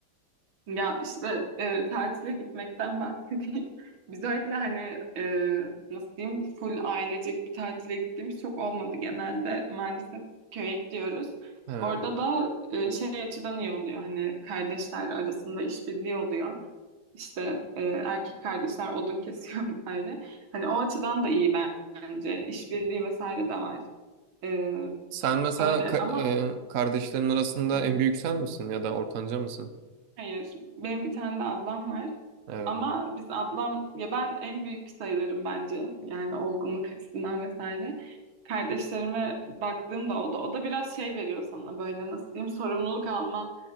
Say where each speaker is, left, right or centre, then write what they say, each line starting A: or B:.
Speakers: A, on the right (about 85°); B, on the right (about 55°).
A: Ya işte e, tatile gitmekten bahsedeyim. <laughs> Biz öyle hani e, nasıl diyeyim full ailecek bir tatile gittiğimiz çok olmadı. Genelde maalesef köye gidiyoruz.
B: He.
A: Orada da e, şey açıdan iyi oluyor hani kardeşler arasında işbirliği oluyor. İşte e, erkek kardeşler odun kesiyor <laughs> vesaire. Hani o açıdan da iyi bence. İşbirliği vesaire de var. E,
B: Sen mesela
A: öyle
B: ka-
A: ama
B: e, kardeşlerin arasında
A: Hı.
B: en büyük sen misin ya da ortanca mısın?
A: hayır. Benim bir tane de ablam var.
B: Evet.
A: Ama biz ablam ya ben en büyük sayılırım bence. Yani olgunluk açısından vesaire. Kardeşlerime baktığım da oldu. O da biraz şey veriyor sana böyle nasıl diyeyim sorumluluk alma